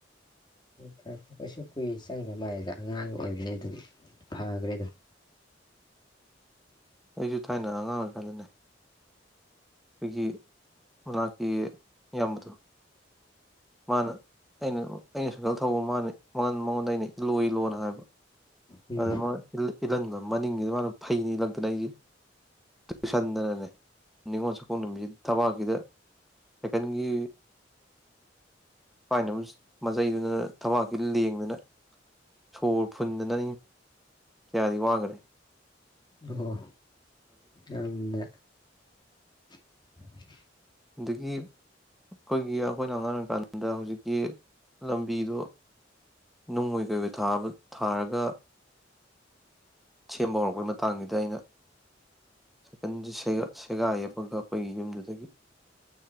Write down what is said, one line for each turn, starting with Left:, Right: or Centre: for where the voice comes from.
Left: ꯐꯔꯦ ꯀꯩꯁꯨ ꯀꯨꯏ ꯆꯪꯗ꯭ꯔ ꯃꯥꯏꯗ ꯑꯉꯥꯡ ꯑꯣꯏꯕꯅꯤ ꯑꯗꯨꯒꯤ ꯐꯒꯔꯦ ꯗꯨꯝ꯫
Centre: ꯑꯩꯁꯨ ꯊꯥꯏꯅ ꯑꯉꯥꯡ ꯑꯣꯏꯔꯤꯀꯥꯟꯗꯅꯦ ꯑꯩꯈꯣꯏꯒꯤ <unintelligible> ꯏꯌꯥꯝꯕꯗꯣ ꯃꯥꯅ ꯑꯩꯅ ꯑꯩꯅ ꯁꯥꯏꯀꯜ ꯊꯧꯕ ꯃꯥꯅꯤꯉ ꯃꯉꯣꯟꯗ ꯑꯩꯅꯩ ꯂꯣꯏ ꯂꯣꯅ ꯍꯥꯏꯕ꯫
Left: ꯎꯝ
Centre: ꯑꯗ ꯃꯅꯥ <unintelligible> ꯏꯜꯒꯟꯕ ꯃꯅꯤꯡꯒꯤꯗ ꯃꯥꯅ ꯐꯩꯅꯤ ꯏꯜꯂꯛꯇꯅ ꯑꯩꯁꯦ ꯇꯨꯁꯟꯗꯅꯅꯦ ꯅꯤꯉꯣꯜ ꯆꯥꯛꯀꯣꯡ ꯅꯨꯃꯤꯠꯁꯤ ꯊꯕꯥꯛꯁꯤꯗ ꯁꯥꯏꯀꯜꯒꯤ ꯄꯥꯏꯅꯕ ꯃꯆꯩꯗꯨꯅ ꯊꯕꯥꯛꯁꯤ ꯂꯦꯡꯗꯅ ꯁꯣꯔ ꯐꯨꯟꯗꯅ ꯀꯌꯥꯗꯤ ꯋꯥꯒꯔꯦ꯫
Left: ꯑꯗꯨꯒꯣ꯫ ꯌꯥꯝꯅ <inaudible>
Centre: ꯑꯗꯒꯤ ꯑꯩꯈꯣꯏꯒꯤ ꯑꯩꯈꯣꯏꯅ ꯑꯉꯥꯡ ꯑꯣꯏꯀꯥꯟꯗ ꯍꯧꯖꯤꯛꯀꯤ ꯂꯝꯕꯤꯗꯣ ꯅꯨꯡꯑꯣꯏ ꯀꯩꯑꯣꯏꯕꯕ ꯊꯥꯔꯒ ꯁꯦꯝꯕ ꯍꯧꯔꯛꯄꯩ ꯃꯇꯥꯡꯁꯤꯗ ꯑꯩꯅ ꯁꯥꯏꯀꯜꯁ ꯁꯦꯒꯥꯏꯌꯦ ꯑꯩꯈꯣꯏꯒꯤ ꯌꯨꯝꯗꯨꯗꯒꯤ